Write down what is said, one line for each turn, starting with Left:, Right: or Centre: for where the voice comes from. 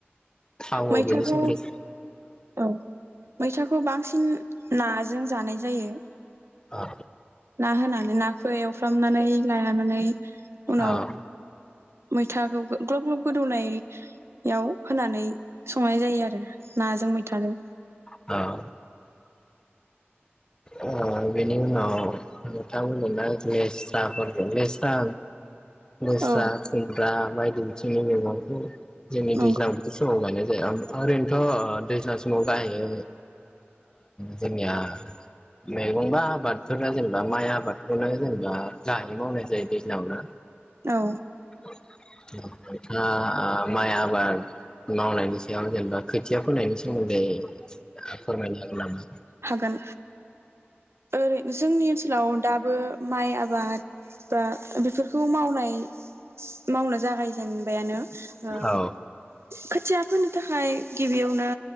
Left: थावो
Right: मैथाखौ
Left: औ बेनि सोमोन्दै
Right: औ मैथाखौ बांसिन नाजों जानाय जायो।
Left: औ
Right: ना होनानै नाखौ एवफ्रामनानै लानानै उनाव
Left: औ
Right: मैथाखौ ग्लब ग्लब गोदौनायाव होनानै संनाय जायो आरो नाजों मैथाजों
Left: औ औ बेनि उनाव नोंथांमोना लेस्राफोरखौ लेस्रा लेस्रा
Right: औ
Left: खुमब्रा बायदि बिथिंनि <inaudible> जोंनि
Right: नंगौ
Left: दैज्लां बोथोर समाव गा ओरैनोथ' दैज्लां समाव गाहायै ओ जोंनिया मैगंबा आबादफोरा जेनेबा माइ आबादखौनो जेनेबा गाहायै मावनाय जायो दैज्लाङावनो
Right: औ
Left: <inaudible> ओ ओ माइ आबाद मावनायनि सायाव जेनेबा खोथिया फोनायनि सोमोन्दै ओ <inaudible> फोरमायनो सानदोंमोन आं
Right: थागोन ओरै जोंनि ओनसोलाव दाबो माइ आबाद बा बेफोरखौ मावनाय मावनो जागायजेनबायानो ओ
Left: औ
Right: खोथिया फोनो थाखाय गिबियावनो